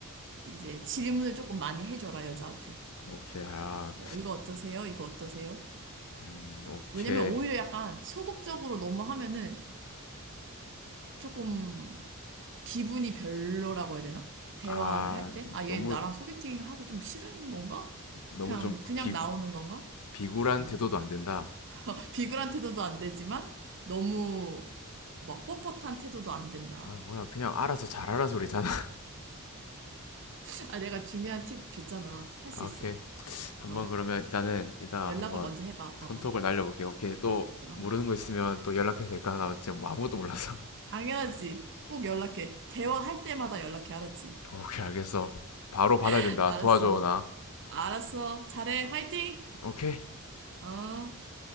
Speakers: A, on the right; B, on the left.
A: 이제 질문을 조금 많이 해줘라 여자한테
B: <laughs> 오케이, 아,
A: 뭐 이거 어떠세요? 이거 어떠세요?
B: 음, 오케이.
A: 왜냐면 오히려 약간 소극적으로 너무 하면은 조금 기분이 별로라고 해야 되나? 대화를
B: 아,
A: 할 때? 아, 얘
B: 너무,
A: 나랑 소개팅 하기 좀 싫은 건가?
B: 너무
A: 그냥,
B: 좀
A: 그냥
B: 비,
A: 나오는 건가?
B: 비굴한
A: 어.
B: 태도도 안 된다.
A: <laughs> 비굴한 태도도 안 되지만, 너무 막 뻣뻣한 태도도 안 된다.
B: 아, 뭐야. 그냥 알아서 잘하라 소리잖아.
A: <laughs> 아, 내가 중요한 팁 줬잖아.
B: <laughs>
A: 할
B: 아,
A: 수 있어.
B: 오케이. 한번
A: 어.
B: 그러면 일단은 이따가
A: 연락을
B: 한번
A: 먼저 해봐.
B: 손톱을
A: 어,
B: 날려볼게. 오케이. 또
A: 어, 어.
B: 모르는 거 있으면 또 연락해도 될까? 나 지금 뭐 아무것도 몰라서.
A: 당연하지. 꼭 연락해. 대화할 때마다 연락해. 알았지?
B: <laughs> 오케이, 알겠어. 바로 받아야
A: <laughs>
B: 된다.
A: 알았어.
B: 도와줘, 나.
A: 알았어. 잘해. 화이팅!
B: 오케이.
A: 어.